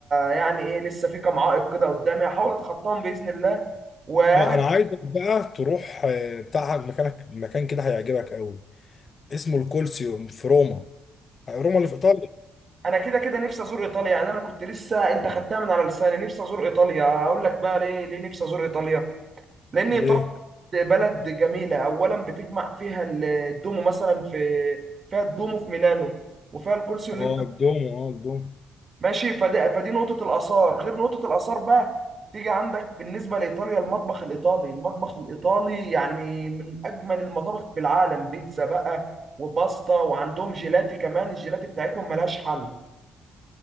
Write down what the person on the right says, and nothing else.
يعني ايه لسه في كام عائق كده قدامي هحاول اتخطاهم باذن الله وانا
انا كده كده نفسي ازور ايطاليا يعني انا كنت لسه انت خدتها من على لساني نفسي ازور ايطاليا هقول لك بقى ليه ليه نفسي ازور ايطاليا لان ايطاليا
بلد جميله اولا بتجمع فيها ال- الدومو مثلا في فيها الدومو في ميلانو وفيها الكولسيو
اللي انت
ماشي فدي فدي نقطه الاثار غير نقطه الاثار بقى تيجي عندك بالنسبه لايطاليا المطبخ الايطالي المطبخ الايطالي يعني من اجمل المطابخ في العالم بيتزا بقى وباستا وعندهم جيلاتي كمان الجيلاتي بتاعتهم ملهاش حل